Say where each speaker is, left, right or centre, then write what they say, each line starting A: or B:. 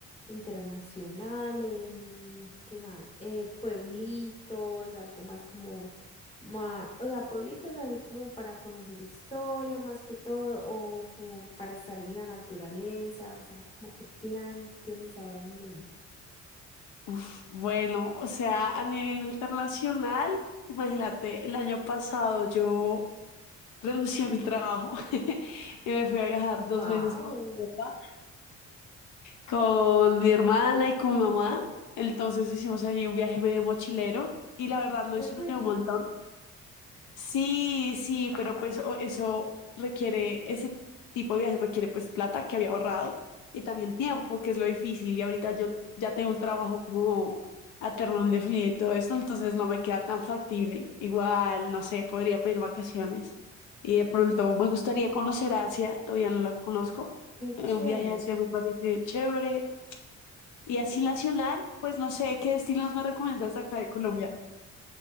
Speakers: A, on the left (about 20°); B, on the left (about 80°).
A: internacional? em, ¿qué más? Eh, pueblitos, algo más como, ma- o sea, pueblitos así como para conocer historia más que todo, o como para estar en la naturaleza, o sea, como qué plan tienes ahora en mente.
B: Uf, bueno, o sea, a nivel internacional, imagínate, el año pasado yo renuncié a mi trabajo <laughs> y me fui a viajar dos
A: Wow,
B: meses por Europa con mi hermana y con mi mamá. Entonces hicimos ahí un viaje medio mochilero y la verdad lo
A: qué
B: disfruté
A: rico,
B: un montón. Sí, sí, pero pues o- eso requiere, ese tipo de viajes requiere pues plata que había ahorrado y también el tiempo, que es lo difícil. Y ahorita yo ya tengo un trabajo como a término indefinido y todo esto, entonces no me queda tan factible. Igual, no sé, podría pedir vacaciones. Y de pronto me gustaría conocer Asia, todavía no la conozco.
A: qué
B: Eh,
A: chévere.
B: Un viaje a Asia me parece chévere. Y así nacional, pues no sé qué destinos me recomiendas de acá de Colombia.